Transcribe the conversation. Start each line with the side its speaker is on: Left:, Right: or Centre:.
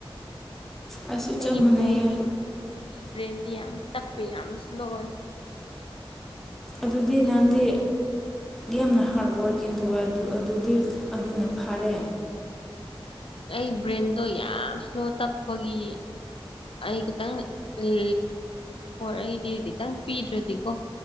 Centre: ꯑꯩꯁꯨ
Left: ꯑꯩꯒꯤ
Centre: ꯆꯞ ꯃꯥꯟꯅꯩꯌꯦ
Left: ꯕ꯭ꯔꯦꯟꯗꯤ ꯑꯩꯒꯤ ꯕ꯭ꯔꯦꯟꯗꯤ ꯌꯥꯝ ꯇꯞꯄꯦ ꯌꯥꯝ ꯏꯁꯂꯣ ꯑꯣꯏ
Centre: ꯑꯗꯨꯗꯤ ꯅꯍꯥꯟꯗꯤ ꯌꯥꯝꯅ ꯍꯥꯔꯗ ꯋꯥꯔꯛꯀꯤꯡ ꯇꯧꯋꯦ ꯑꯗꯨꯗꯤ ꯑꯗꯨꯅ ꯐꯔꯦ
Left: ꯑꯩ ꯕ꯭ꯔꯦꯟꯗꯣ ꯌꯥꯝ ꯏꯁ꯭ꯂꯣ ꯇꯞꯄꯒꯤ ꯑꯩ ꯈꯤꯇꯪ ꯑꯦ ꯑꯩꯗꯤ ꯈꯤꯇꯪ ꯄꯤꯗ꯭ꯔꯗꯤꯀꯣ